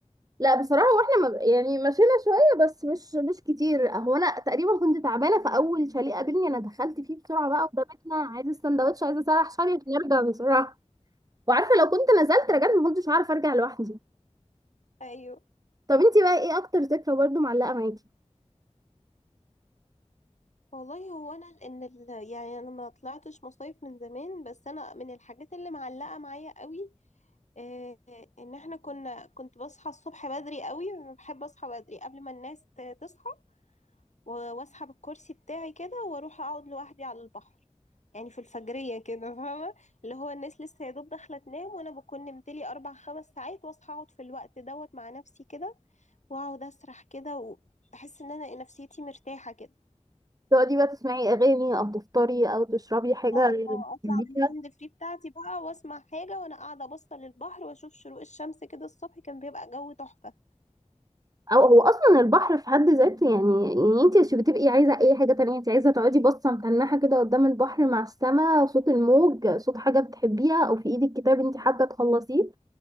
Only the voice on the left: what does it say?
ايوه
والله هو انا لان ال... يعني انا ما طلعتش مصايف من زمان بس انا من الحاجات اللي معلقة معايا قوي آه، ان احنا كنا كنت بصحى الصبح بدري قوي بحب اصحى بدري قبل ما الناس ت- تصحى و- واسحب الكرسي بتاعي كده واروح اقعد لوحدي على البحر يعني في الفجرية كده فاهمة اللي هو الناس لسه يا دوب داخلة تنام وانا بكون نمت لي اربع خمس ساعات واصحى اقعد في الوقت دوت مع نفسي كده واقعد اسرح كده وبحس ان انا نفسيتي مرتاحة كده
آه، اه اطلع
من الهاند فري بتاعتي بقى واسمع حاجة وانا قاعدة باصة للبحر واشوف شروق الشمس كده الصبح كان بيبقى جو تحفة